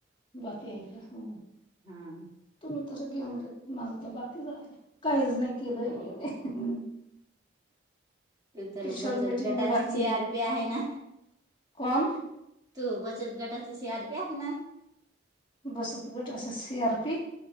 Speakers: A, on the left; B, on the right.
A: बाकी का हो
B: हा
A: तुम्ही तर घेऊन गेत. माझं तर बाकीच आहे काहीच नाही केलंय मी.
B: त तर
A: किशोर
B: बचत
A: मीटिंग
B: गटाची
A: बी बाकी
B: े आर पी आहे ना.
A: कोण
B: तू बचत गटाची शी आर पी आहे ना.
A: बसत गट अस सीआर पी